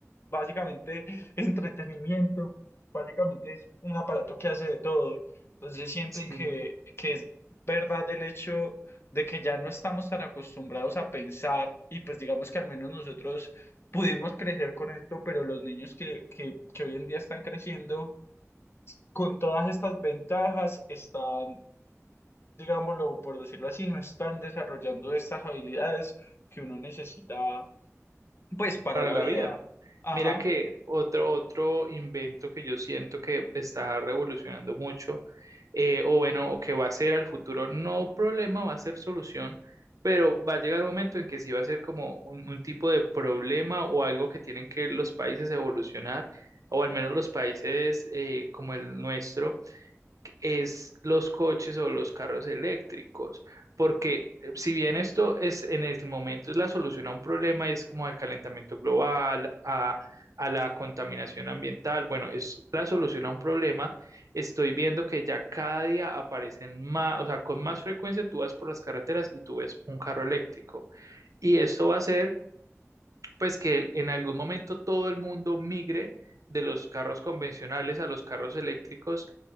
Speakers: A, on the left (about 50°); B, on the right (about 85°).
A: básicamente entretenimiento, básicamente es un aparato que hace de todo. Entonces siento
B: Sí,
A: que, que es verdad el hecho de que ya no estamos tan acostumbrados a pensar y pues digamos que al menos nosotros pudimos crecer con esto, pero los niños que, que, que hoy en día están creciendo con todas estas ventajas están digámoslo por decirlo así, no están desarrollando estas habilidades que uno necesita, pues, para
B: para
A: la
B: la
A: vida.
B: vida.
A: Ajá.
B: Mira que otro, otro invento que yo siento que está revolucionando mucho, eh, o bueno, o que va a ser al futuro, no problema, va a ser solución, pero va a llegar un momento en que sí va a ser como un, un tipo de problema o algo que tienen que los países evolucionar, o al menos los países eh, como el nuestro es los coches o los carros eléctricos, porque eh, si bien esto es en el momento es la solución a un problema, es como al calentamiento global, a, a la contaminación ambiental, bueno, es la solución a un problema, estoy viendo que ya cada día aparecen más, o sea, con más frecuencia tú vas por las carreteras y tú ves un carro eléctrico, y esto va a hacer pues que en algún momento todo el mundo migre de los carros convencionales a los carros eléctricos